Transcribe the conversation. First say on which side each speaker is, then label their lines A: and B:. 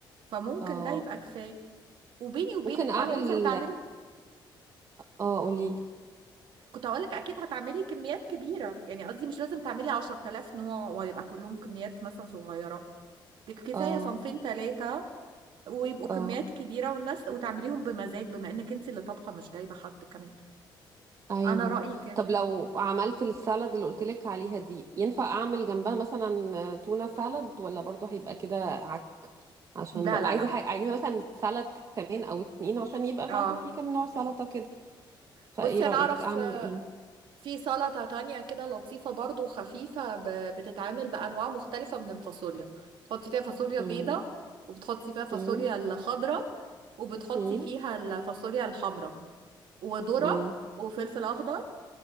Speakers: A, on the right; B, on the right.
A: فممكن
B: اه
A: ده يبقى كفايه وبيني وبينك
B: ممكن اعمل
A: وبعدين انت هتعملي
B: اه قوليلي
A: كنت هقولك اكيد هتعملي كميات كبيره يعني قصدي مش لازم تعملي 10000 نوع ويبقى كلهم كميات مثلا صغيره لك- كفايه
B: اه
A: صنفين ثلاثه ويبقوا كميات
B: اه
A: كبيره والناس وتعمليهم بمزاج بما انك انت اللي طبخه مش جايبه حد كمان
B: ايوه
A: انا رأيي كده
B: طب لو عملت السالاد اللي قلتلك عليها دي ينفع اعمل جنبها مثلا تونة سالاد ولا برضو هيبقى كده عك عشان
A: لا
B: بر...
A: لا
B: عايزه
A: لا
B: ح... عايزه مثلا سالاد كمان او اتنين عشان يبقى
A: اه
B: برضو في كام نوع سلطه كده فايه
A: بصي
B: رأيك
A: انا اعرف
B: اعمل
A: آه،
B: ايه
A: في سلطة تانية كده لطيفة برضو وخفيفة ب- بتتعمل بانواع مختلفة من الفاصوليا تحطي فيها فاصوليا
B: مم.
A: بيضة وبتحطي فيها فاصوليا
B: مم.
A: الخضراء وبتحطي
B: مم.
A: فيها الفاصوليا الحمراء وذرة
B: مم.
A: وفلفل اخضر